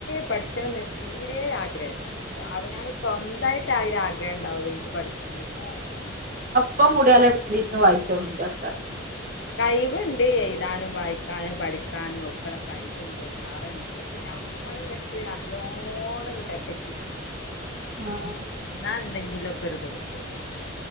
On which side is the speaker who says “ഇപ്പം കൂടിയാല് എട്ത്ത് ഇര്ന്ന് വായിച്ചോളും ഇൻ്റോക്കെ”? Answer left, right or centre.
Right